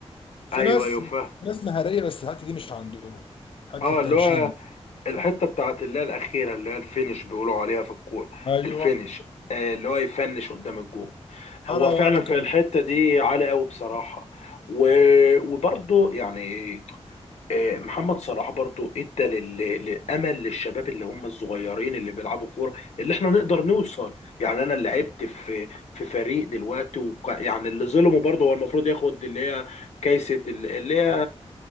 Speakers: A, on the left; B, on the left.
A: في
B: ايوه
A: ناس
B: ايوه فاهم
A: في ناس مهاريه بس الحته دي مش عندهم حته
B: اه
A: التنشين
B: اللي هو
A: دي.
B: الحته بتاعت اللي هي الاخيره اللي هي الفينش بيقولوا عليها في الكوره
A: ايوه
B: الفينش آه اللي هو يفنش قدام الجول هو
A: انا
B: فعلا
A: انا
B: في
A: كان
B: الحته دي عالي قوي بصراحه و... وبرضه يعني آه، محمد صلاح برضو ادى لل- للامل للشباب اللي هم الصغيرين اللي بيلعبوا كوره اللي احنا نقدر نوصل يعني انا اللي لعبت في في فريق دلوقتي وك... يعني اللي ظلمه برضو هو المفروض ياخد اللي هي كيسه ال- اللي هي